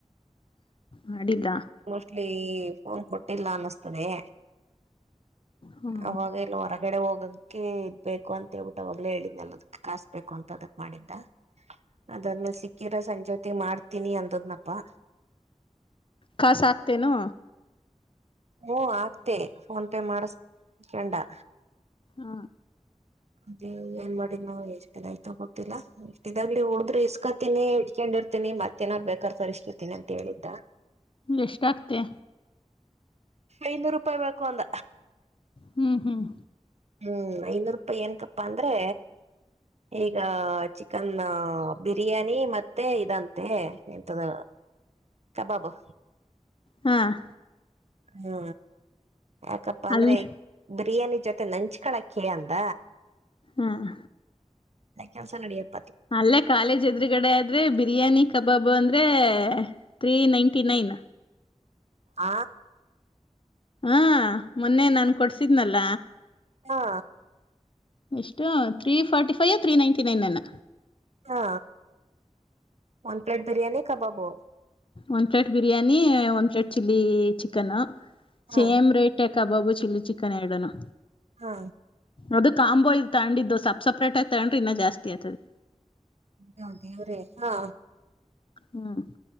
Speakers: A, on the left (about 45°); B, on the right (about 65°).
A: ಮಾಡಿದ
B: ಮೋಸ್ಟ್ಲಿ ಫೋನ್ ಕೊಟ್ಟಿಲ್ಲ ಅನ್ನಿಸ್ತದೆ
A: ಹಾ
B: ಅವಾಗ ಇಲ್ಲ ಹೊರಗಡೆ ಹೋಗಕ್ಕೆ ಬೇಕು ಅಂತ ಹೇಳ್ಬಿಟ್ಟ ಅವಾಗಲೇ ಹೇಳಿದ್ದಲ್ಲದಕ್ ಕಾಸ್ ಬೇಕು ಅಂತ ಅದಕ್ ಮಾಡಿದ್ದ ಅದಾದ್ಮೇಲೆ ಸಿಕ್ಕಿರೋ ಸಂಜೆ ಹೊತ್ತಿಗೆ ಮಾಡ್ತೀನಿ ಅಂದದ್ನಪ್ಪಾ
A: ಕಾಸಾಗ್ತೆನೋ
B: ಹ್ಮ ಆಕ್ದೆ ಫೋನ್‌ಪೇ ಮಾಡಿಸ್ಕೊಂಡಾ
A: ಹಾ
B: ಅದೇ ಏನ್ ಮಾಡಿದ್ನೋ ಎಷ್ಟ್ ದಿನ ಅಯ್ತೋ ಗೊತ್ತಿಲ್ಲಾ ಎಷ್ಟ ಇದಾಗಲಿ ಉಳುದ್ರೆ ಇಸ್ಕತಿನಿ ಇತ್ಕೊಂಡಿರ್ತಿನಿ ಕೊಂಡಿರ್ತನಿ ಮತ್ತೆೇನಾರ್ ಬೇಕಾರ್ ತರಸ್ಕಾತೀನಿ ಅಂತ ಹೇಳಿದ್ದ
A: ಎಷ್ಟ್ ಅಕ್ದೆ
B: ಐನೂರು ರೂಪಾಯಿ ಬೇಕು ಅಂದ
A: ಹ್ಮ್ ಹ್ಮ್
B: ಹ್ಮ್ ಐನೂರು ರೂಪಾಯಿ ಏನಕಪ್ಪಾ ಅಂದ್ರೆ ಈಗ ಚಿಕನ್ ಬಿರಿಯಾನಿ ಮತ್ತೆ ಇದಂತೆ ಎಂತದ ಕಬಾಬು
A: ಹ್ಮ್
B: ಹ್ಮ ಯಾಕಪ್ಪ ಅಂದ್ರೆ
A: ಅಲ್ಲೇ
B: ಬಿರಿಯಾನಿ ಜೊತೆ ನಂಚ್ಕಳಕ್ಕೆ ಅಂದ
A: ಹ್ಮ್
B: ಕೆಲಸ ನಡೆಯುತ್ತೆ
A: ಅಲ್ಲೇ ಕಾಲೇಜ್ ಎದುರುಗಡೆ ಆದ್ರೆ ಬಿರಿಯಾನಿ ಕಬಾಬು ಅಂದ್ರ ಅದೆ ತ್ರಿ ನೈಟಿ ನೈನ್
B: ಆ
A: ಹಾ ಮೊನ್ನೆ ನಾನ್ ಕೊಡ್ಸಿದ್ನಲ್ಲ
B: ಹಾ
A: ಎಷ್ಟು three forty five three ninety ನೈನ್ನ
B: ಹಾ ಒನ್ ಪ್ಲೇಟ್ ಬಿರಿಯಾನಿ ಕಬಾಬು
A: ಒಂದ್ ಪ್ಲೇಟ್ ಬಿರಿಯಾನಿ ಒಂದ್ ಪ್ಲೇಟ್ ಚಿಲ್ಲಿ ಚಿಕನ್
B: ಹಾ
A: ಸೇಮ್ ರೇಟ್ ಕಬಾಬು ಚಿಲ್ಲಿ ಚಿಕನ್ ಎರಡನು
B: ಹಾ
A: ಅದು ಕಾಂಬೋ ಇ ತಗೊಂಡಿದ್ದು ಸಪ್ ಸಪ್ರೇಟ್ ಆಗಿ ತಗೊಂಡ್ರೆ ಇನ್ನ ಜಾಸ್ತಿ ಆಯ್ತುದೆ
B: ಅಯ್ಯೋ ದೇವ್ರೆ ಹಾ
A: ಹ್ಮ್